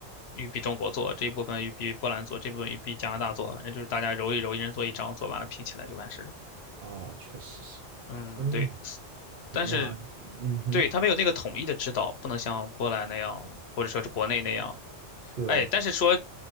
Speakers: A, on the left (about 70°); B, on the right (about 55°).
A: 玉比中国做，这一部分玉比波兰做，这部分玉比加拿大做，反正就是大家揉一揉，一人做一张，做完了拼起来就完事儿。
B: 啊，确实是。
A: 嗯，
B: 哎，
A: 对，
B: 明白。
A: 但是
B: 嗯哼。
A: 对他没有那个统一的指导，不能像波兰那样，或者说是国内那样。
B: 对，
A: 哎，但是说